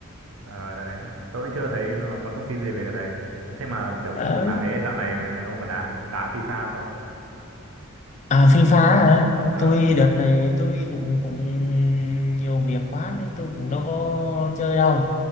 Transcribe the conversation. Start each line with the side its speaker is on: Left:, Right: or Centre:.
Right: ờ đấy tôi cũng chưa thấy nó có thông tin gì về cái đấy thế mà kiểu
Left: Ờ
Right: bóng đá thế dạo này mà ông còn đá đá FIFA không
Left: À, Phi Phá hả?
Right: ờ
Left: Tôi đợt này tôi cũng cũng nhiều việc quá nên tôi cũng đâu có chơi đâu.